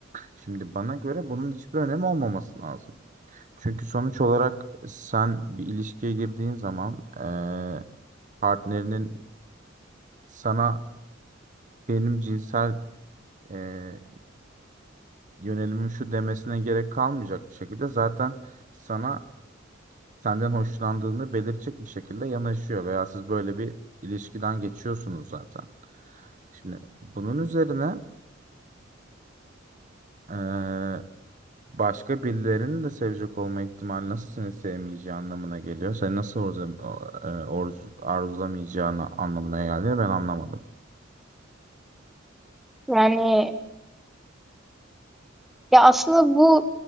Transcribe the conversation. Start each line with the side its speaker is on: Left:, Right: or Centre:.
Right: Şimdi bana göre bunun hiçbir önemi olmaması lazım. Çünkü sonuç olarak sen bir ilişkiye girdiğin zaman eee, partnerinin sana benim cinsel eee, yönelimim şu demesine gerek kalmayacak bir şekilde zaten sana senden hoşlandığını belirtecek bir şekilde yanaşıyor veya siz böyle bir ilişkiden geçiyorsunuz zaten. Şimdi bunun üzerine eee, başka birilerinin de sevecek olma ihtimali nasıl seni sevmeyeceği anlamına geliyor. Seni nasıl arzu- o- e, arzu- arzulamayacağını anlamına geldi. Ben anlamadım.
Centre: Yani ya aslında bu